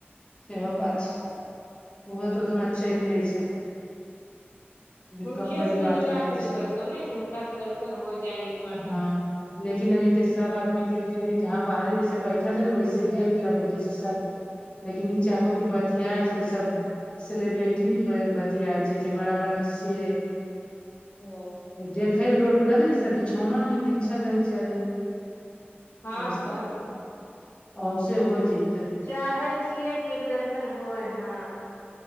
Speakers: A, on the left; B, on the left.
A: इहो बात
B: ओ
A: छै ओहो तऽ उतना
B: अच्छा
A: चलि लै छथिन जे
B: हुनके
A: कम बड़ी
B: से मिले
A: बात
B: ला
A: नहि
B: तनी
A: छै
B: लगतौ ने कि हुनका से दर्शन हो जाइ एक बार तनी
A: हँ लेकिन एनैते सब आदमी कंटन छैहाँ बाहरे जैसे बैठल रहे ने वैसे देख लेबहो जैसे सब लेकिन ई चाहबो कि बतियाए तो सब सेलेब्रिटी याइ छै जे बड़ा बड़ा ने से
B: ओ
A: देखे रोड पर देखै सब बिछौना नियन बिछल रहै छै आदमी
B: हँ
A: रस्ता
B: तऽ
A: पर औ सेे हो जैतै
B: चाहे छियै कि एक दर्शन होय हँ